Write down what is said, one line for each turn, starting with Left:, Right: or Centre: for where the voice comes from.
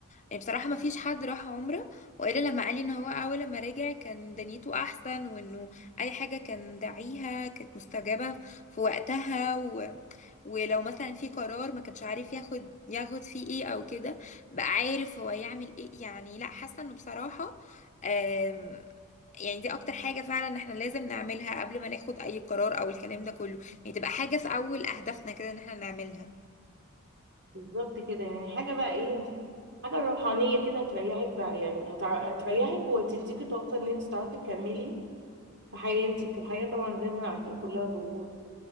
Left: يعني بصراحة ما فيش حد راح عمرة وإلا لما قال لي إن هو أول لما رجع كان دنيته أحسن وإنه أي حاجة كان داعيها كانت مستجابة في وقتها و... ولو مثلا في قرار ما كانش عارف ياخد ياخد فيه إيه أو كده بقى عارف هو يعمل إيه يعني لأ حاسة إنه بصراحة آم... يعني دي أكتر حاجة فعلا إحنا لازم نعملها قبل ما ناخد أي قرار أو الكلام ده كله يعني تبقى حاجة في أول أهدافنا كده إن إحنا نعملها
Right: بالظبط كده يعني حاجة بقى ايه حاجة روحانية كده هتريحك بقى يعني هتع- هتريحك وتديكي طاقة ان انت تعرفي تكملي في حياتك الحياة طبعا زي ما احنا عارفين كلها ضغوط